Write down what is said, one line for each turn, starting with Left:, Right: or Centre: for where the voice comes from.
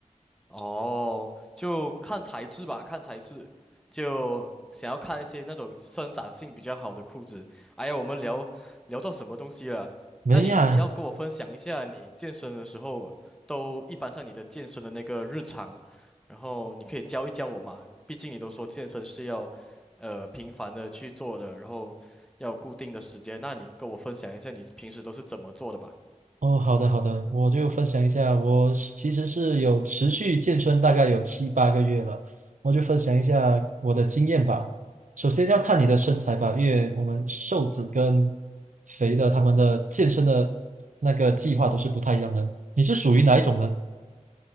Centre: 哦，就看材质吧，看材质，就想要看一些那种生长性比较好的裤子。哎呀，我们聊聊到什么东西了？
Right: 没呀，
Centre: 那你你要跟我分享一下你健身的时候，都一般上你的健身的那个日常，然后你可以教一教我嘛。毕竟你都说健身是要，呃，频繁的去做的，然后要有固定的时间。那你跟我分享一下你平时都是怎么做的吧？
Right: 哦，好的好的，我就分享一下，我是其实是有持续健身，大概有七八个月了，我就分享一下我的经验吧。首先要看你的身材吧，因为我们瘦子跟肥的他们的健身的那个计划都是不太一样的。你是属于哪一种呢？